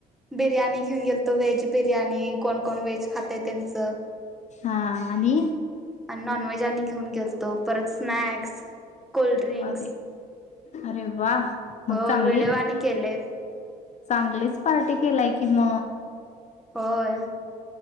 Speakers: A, in the centre; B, on the left (about 45°).
A: बिर्याणी घेऊन गेलतो व्हेज बिर्याणी कोण कोण व्हेज खातय त्येंच
B: हा आणि
A: आणि नॉनव्हेज अनी घेऊन गेलतो परत स्नॅक्स कोल्ड्रिंक्स
B: अरे अरे वा मग
A: हो
B: चांगलीच
A: व्हिडिओ आणि केलेत
B: चांगलीच पार्टी केलाय की किम
A: होय